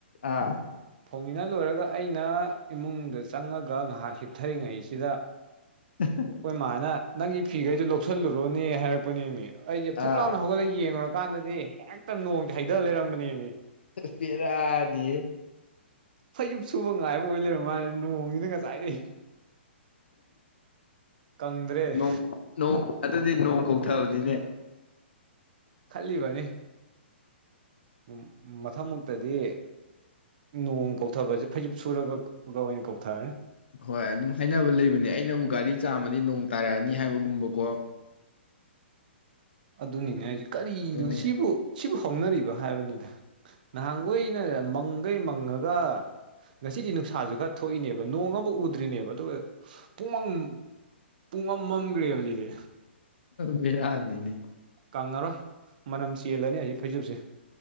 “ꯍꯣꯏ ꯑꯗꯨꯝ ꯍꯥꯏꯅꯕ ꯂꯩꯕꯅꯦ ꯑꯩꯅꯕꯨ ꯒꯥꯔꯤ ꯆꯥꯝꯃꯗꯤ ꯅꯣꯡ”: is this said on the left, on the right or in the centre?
Left